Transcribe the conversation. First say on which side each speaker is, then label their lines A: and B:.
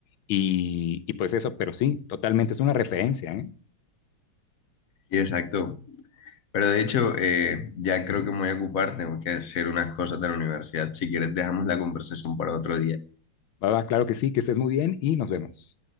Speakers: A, on the left; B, on the left.
A: Y, y pues eso, pero sí, totalmente es una referencia, ¿eh?
B: Sí, exacto. Pero de hecho, eh, ya creo
A: Uh-huh.
B: que me voy a ocupar, tengo que hacer unas cosas de la universidad. Si quieres, dejamos la conversación para otro día.
A: Va, va, claro que sí, que estés muy bien y nos vemos.